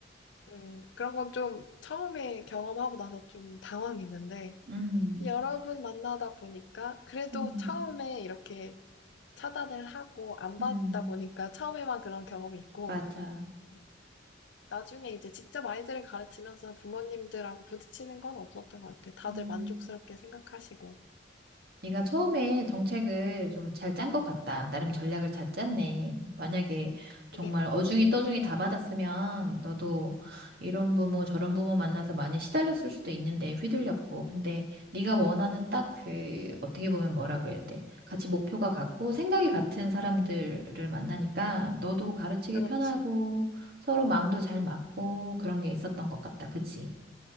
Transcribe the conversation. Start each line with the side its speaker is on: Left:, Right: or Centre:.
Left: 음, 그런 건 좀 처음에 경험하고 나서 좀 당황했는데,
Right: 음,
Left: 여러 분 만나다 보니까, 그래도
Right: 음,
Left: 처음에 이렇게 차단을 하고 안 받다
Right: 음,
Left: 보니까 처음에만 그런 경험이 있고,
Right: 맞아.
Left: 음, 나중에 이제 직접 아이들을 가르치면서 부모님들하고 부딪히는 건 없었던 것 같아. 다들
Right: 음.
Left: 만족스럽게 생각하시고,
Right: 네가 처음에 정책을 좀 잘 짠 것 같다. 나름 전략을 잘 짰네. 만약에 정말
Left: 이게,
Right: 어중이
Left: 응,
Right: 떠중이 다 받았으면 너도 이런 부모 저런 부모 만나서 많이 시달렸을 수도 있는데 휘둘렸고. 근데 네가 원하는 딱 그 어떻게 보면 뭐라 그래야 돼. 같이 목표가 같고 생각이 같은 사람들을 만나니까 너도 가르치기
Left: 그렇지.
Right: 편하고 서로 마음도 잘 맞고 그런 게 있었던 것 같다. 그치?